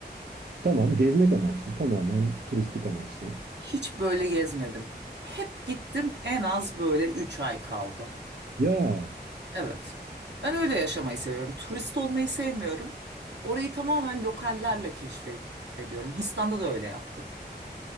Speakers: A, on the right (about 65°); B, on the right (about 80°).
A: Tamam gezmek amaçlı tamamen turistik amaçlı.
B: <laughs> Hiç böyle gezmedim. Hep gittim en az böyle 3 ay kaldım.
A: Ya
B: Evet. Ben öyle yaşamayı seviyorum. Turist olmayı sevmiyorum. Orayı tamamen lokallerle keşfediyorum. Hindistan'da da öyle yaptım.